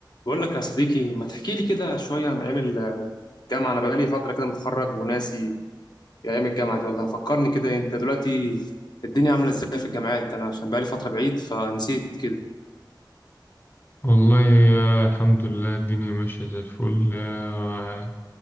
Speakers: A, on the left; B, on the left.
A: بقول لك يا صديقي ما تحكي لي كده شوية عن أيام الجامعة أنا بقالي فترة كده متخرج وناسي أيام الجامعة دي والله فكرني كده أنت دلوقتي الدنيا عاملة إزاي في الجامعات أنا عشان بقالي فترة بعيد فنسيت كده
B: والله آه، الحمد لله الدنيا ماشية زي الفل آه،